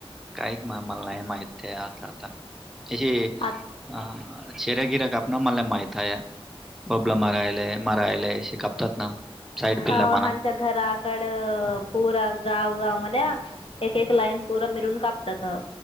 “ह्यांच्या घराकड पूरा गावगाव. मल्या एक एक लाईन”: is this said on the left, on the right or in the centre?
Left